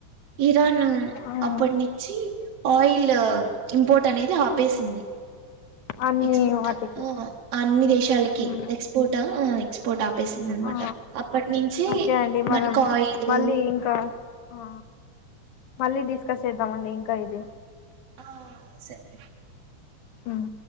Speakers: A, on the right; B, on the left.
A: ఇరాన్
B: ఉమ్
A: అప్పటి నుంచి ఆయిల్ ఇంపోర్ట్ అనేది ఆపేసింది
B: అన్ని
A: ఎక్స్పోర్టా
B: వాటికి
A: ఆ అన్ని దేశాలకి
B: ఉమ్
A: ఎక్స్పోర్టా ఆ ఎక్స్పోర్ట్ ఆ <inaudible> నమాట
B: ఆ
A: అప్పటి నుంచి
B: ఓకే అండి మనం
A: మనకు ఆయిలు
B: మళ్ళీ ఇంకా ఆ మళ్ళీ డిస్కస్ చేద్దామ అండి ఇంకా ఇది
A: ఆ సరే
B: ఉమ్